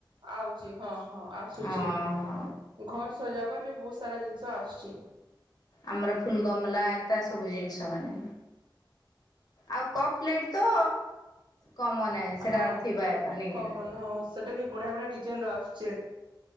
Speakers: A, on the right; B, on the left.
A: ଆଉଛି ହଁ ହଁ ଆସୁଛି
B: ଓହୋ
A: ଘର ସଜାବାର ବି ବହୁତ ସାରା ଜିନିଷ ଆସୁଛି।
B: ଆମର ଫୁଲ୍ ଗମଲା ଏନ୍ତା ସବୁ ଜିନିଷ ମାନେ ଆଉ କପ୍ ପ୍ଲେଟ୍ ତ କମନ୍ ହେ ସେଟା
A: ହଁ
B: ଥିବା ଏକା ନାଇଁ
A: କମନ
B: କି।
A: ହଁ ସେଟା ବି ବଢିଆ ବଢିଆ ଡିଜାଇନ୍ ର ଆସୁଛି।